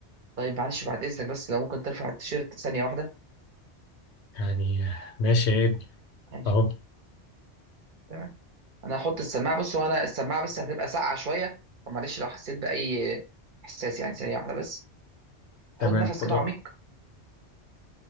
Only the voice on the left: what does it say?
يعني ماشي يا ابني
أهو
تمام
خد
وقتك